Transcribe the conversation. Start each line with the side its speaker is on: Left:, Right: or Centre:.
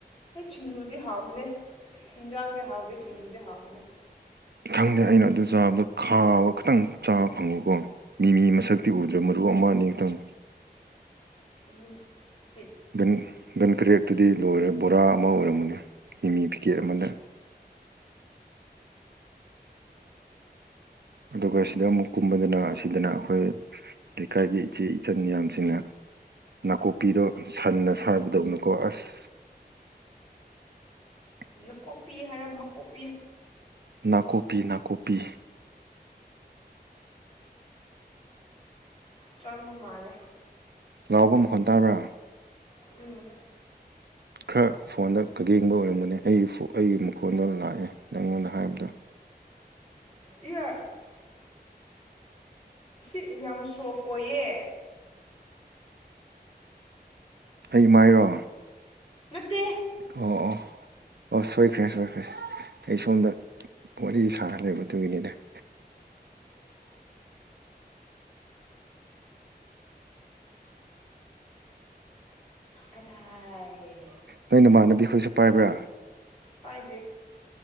Left: ꯑꯦ ꯁꯤꯡꯖꯨꯗꯤ ꯍꯥꯕꯅꯦ ꯍꯤꯟꯖꯥꯡꯗꯤ ꯍꯥꯎꯗꯦ ꯁꯤꯡꯖꯨꯗꯤ ꯍꯥꯕꯅꯦ
Right: ꯈꯪꯗꯦ ꯑꯩꯅ ꯑꯗꯨ ꯆꯥꯕꯗꯣ ꯈꯥꯕ ꯈꯤꯇꯪ ꯆꯥꯕ ꯐꯪꯉꯨꯀꯣ ꯃꯤ ꯃꯤ ꯃꯁꯛꯇꯤ ꯎꯗ꯭ꯔꯕ ꯃꯔꯨ ꯑꯃ ꯃꯥꯅꯤꯇꯪ
Left: <unintelligible>
Right: ꯒꯟ ꯒꯟ ꯀꯔꯦꯠꯇꯨꯗꯤ ꯂꯣꯏꯔꯦ ꯕꯣꯔꯥ ꯑꯃ ꯑꯣꯏꯔꯝꯕꯅꯦ ꯀꯤꯃꯤ ꯄꯤꯀꯦꯠ ꯑꯃꯗ ꯑꯗꯨꯒ ꯁꯤꯗ ꯑꯃꯨꯛ ꯀꯨꯝꯕꯗꯅ ꯑꯁꯤꯗꯅ ꯑꯩꯈꯣꯏ ꯂꯩꯀꯥꯏꯒꯤ ꯏꯆꯦ ꯏꯆꯟ ꯃꯌꯥꯝꯁꯤꯡꯅ ꯅꯥꯀꯨꯞꯄꯤꯗꯣ ꯁꯟꯅ ꯁꯥꯕꯗꯧꯅꯨꯀꯣ ꯑꯁ <inaudible>
Left: ꯅꯀꯣꯛꯄꯤ ꯍꯥꯏꯔ ꯃꯀꯣꯛ
Right: ꯅꯥꯀꯨꯞꯄꯤ ꯅꯥꯀꯨꯞꯄꯤ
Left: ꯆꯪꯕ ꯃꯥꯂꯦ
Right: ꯂꯥꯎꯕ ꯃꯈꯣꯟ ꯇꯥꯕ꯭ꯔꯥ
Left: ꯎꯝ
Right: ꯈꯔ ꯐꯣꯟꯗ ꯀꯒꯦꯡꯕ ꯑꯣꯏꯔꯝꯒꯅꯤ ꯑꯩꯒꯤ ꯑꯩꯒꯤ ꯃꯈꯣꯟꯗꯣ ꯂꯥꯛꯑꯦ ꯅꯪꯉꯣꯟꯗ ꯍꯥꯏꯔꯕꯗ <inaudible>
Left: <unintelligible> ꯁꯤ ꯌꯥꯝ ꯁꯣꯐ ꯑꯣꯏꯌꯦ
Right: ꯑꯩ ꯃꯥꯏꯔꯣ
Left: ꯅꯠꯇꯦ
Right: ꯑꯣ ꯑꯣ ꯑꯣ ꯁꯣꯏꯈ꯭ꯔꯦ ꯁꯣꯏꯈ꯭ꯔꯦ ꯑꯩ ꯁꯣꯝꯗ ꯃꯣꯔꯤ ꯁꯥꯔ ꯂꯩꯕꯗꯨꯒꯤꯅꯤꯅꯦ <inaudible>
Left: ꯀꯗꯥꯏ
Right: ꯅꯣꯏ ꯅꯃꯥꯟꯅꯕꯤꯈꯣꯏꯁꯨ ꯄꯥꯏꯕ꯭ꯔꯥ
Left: ꯄꯥꯏꯗꯦ